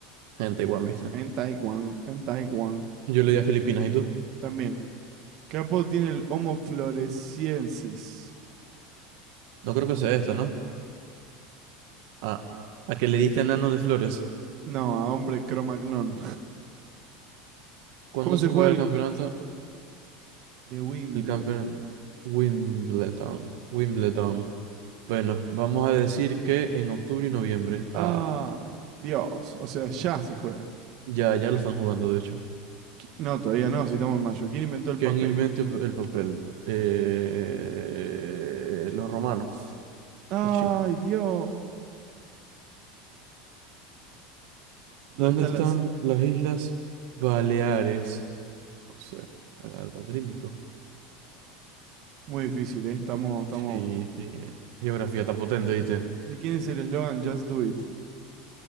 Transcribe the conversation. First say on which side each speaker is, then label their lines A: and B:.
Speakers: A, on the right (about 65°); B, on the right (about 45°).
A: en Taiwán, ¿viste?
B: En Taiwán, en Taiwán.
A: Yo le di a Filipinas, ¿y tú?
B: También. ¿Qué apodo tiene el Homo floresiensis?
A: No creo que sea esta, ¿no? Ah, a que le diste enano de flores.
B: No, a hombre cromagnón.
A: ¿Cuándo
B: ¿Cómo
A: se
B: se juega
A: juega el
B: el
A: campeonato?
B: de Wimbledon?
A: El campeón Wimbledon. Wimbledon. Bueno, vamos a decir que en octubre y noviembre. Ah,
B: Ah, Dios. O sea, ya se juega.
A: ya, ya lo están jugando, de hecho.
B: Qui- No, todavía no, si estamos en mayo. ¿Quién inventó el
A: ¿Quién
B: papel?
A: inventó el el papel? Eh, los romanos,
B: Ay,
A: los chinos.
B: Dios. ¿Dónde
A: ¿Dónde
B: está
A: están
B: la...?
A: las Islas Baleares? No sé, Ad- Adriático.
B: Muy difícil, ¿eh? Estamos, estamos...
A: Sí, sí. eh, Geografía está potente, ¿viste?
B: ¿De quién es el eslogan Just Do It?